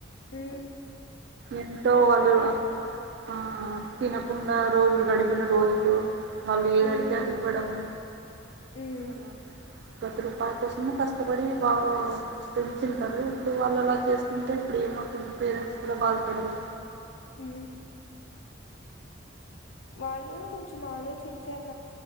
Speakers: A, on the left (about 80°); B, on the right (about 60°).
A: హ
B: ఏంటో వాళ్ళు ఆ తినకుండా రోజులు గడిపిన రోజులు మళ్ళు ఏది
A: మ్మ్
B: అడితే అది ఇవ్వడము
A: మ్మ్
B: అ పక్కరు ప కోసం
A: మ్మ్
B: కష్టపడి బాగా పెంచుతారు ఇప్పుడు వాళ్ళు అలా చేసుకుంటే ఇప్పుడు ఏమవుతుంది పేరెంట్స్ కూడా బాగా స
A: అ వాళ్ళలో కొంచెం ఆలోచ చించల్